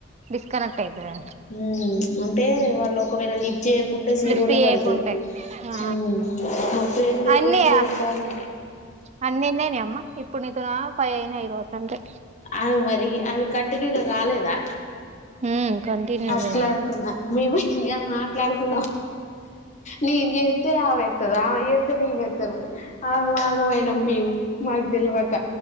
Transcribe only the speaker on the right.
డిస్కనెక్ట్ అయితదా
లిఫ్ట్ చేయకుంటే
ఆ
అన్నీ
అన్ని ఎన్నయినయ్ అమ్మ ఇప్పుడు నీతోనా ఫైవ్ అయినాయ్ కావచ్చు అంతే
ఉమ్ కంటిన్యూ
చెయ్